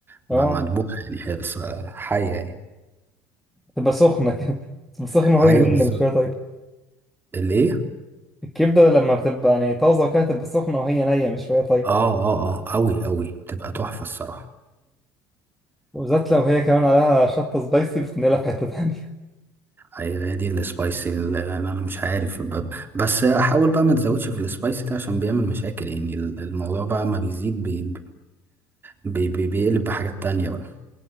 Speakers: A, on the right; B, in the centre.
A: م-
B: اه
A: مدبوحة يعني هي لسه حية يعني
B: تبقى سخنه كده <laughs> تبقى سخنه وهي
A: ايوه
B: نيه
A: بالظبط
B: مش شويه طيبه
A: الايه
B: الكبده لما بتبقى يعني طازه كده تبقى سخنه وهي نيه مش شويه
A: اه اه اه قوي قوي بتبقى تحفه
B: طيبه
A: الصراحه
B: وبالذات لو هي كمان عليها شطة سبايسي بتنقلها في حتة تانية
A: ايوه هي دي السبايسي اللي انا مش عارف ب- بس احاول بقى ما تزودش في السبايسي ده عشان بيعمل مشاكل يعني ال- الموضوع بقى ما بيزيد بي بي بي بيقلب بحاجات تانية بقى